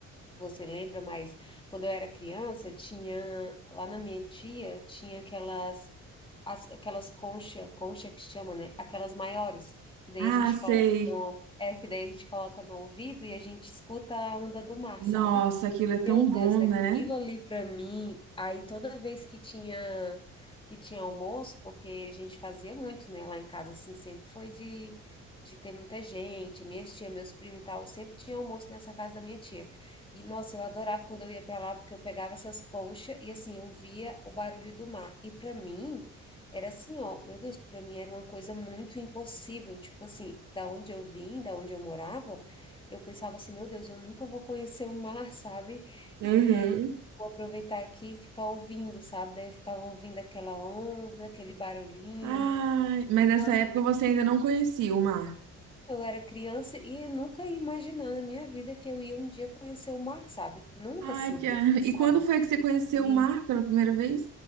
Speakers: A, on the left; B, on the right.
A: você lembra, mas quando eu era criança, tinha lá na minha tia, tinha aquelas as- aquelas concha, concha que chama, né? Aquelas maiores, que daí
B: Ah,
A: a gente
B: sei.
A: coloca no é que daí a gente coloca no ouvido e a gente escuta a onda do mar,
B: Nossa,
A: sabe?
B: aquilo é tão
A: Meu Deus,
B: bom,
A: aquilo
B: né?
A: ali para mim, aí toda vez que tinha que tinha almoço, porque a gente fazia muito, né, lá em casa assim, sempre foi de de ter muita gente, minhas tia, meus primos e tal, eu sempre tinha almoço nessa casa da minha tia. E nossa, eu adorava quando eu ia para lá porque eu pegava essas conchas e assim, eu via o barulho do mar. E para mim era assim, ó, meu Deus, para mim era uma coisa muito impossível, tipo assim, da onde eu vim, da onde eu morava, eu pensava assim, meu Deus, eu nunca vou conhecer o mar, <laughs> sabe?
B: Uhum.
A: E eu vou aproveitar aqui e ficar ouvindo, sabe? Daí eu ficava ouvindo aquela onda, aquele barulhinho.
B: Ai, mas nessa
A: Nossa,
B: época você ainda não conhecia o mar.
A: eu era criança e nunca ia imaginar na minha vida que eu ia um dia conhecer o mar, sabe? Nunca
B: Ai,
A: assim
B: que... a-
A: pensava.
B: E quando foi que você conheceu
A: E
B: o mar pela primeira vez?